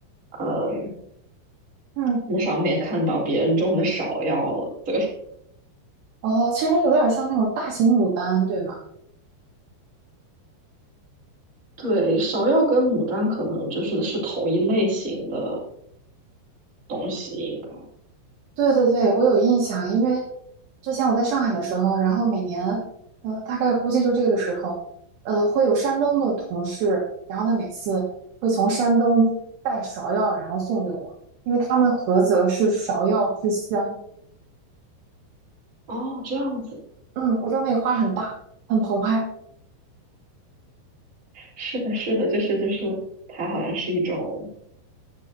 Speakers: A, on the right; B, on the right.
A: 呃，
B: 嗯，
A: 那上面看到别人种的芍药了，对 <laughs>
B: 哦，其实它有点像那种大型牡丹，对吗？
A: 对，芍药跟牡丹可能就是是同一类型的东西，应该
B: 对对对，我有印象，因为之前我在上海的时候，然后每年，呃，大概估计就这个时候，呃，会有山东的同事，然后他每次会从山东带芍药，然后送给我，因为他们菏泽是芍药之乡。
A: 哦，这样子。
B: 嗯，我知道那个花很大，很澎湃。
A: 是的，是的，就是就是，它好像是一种，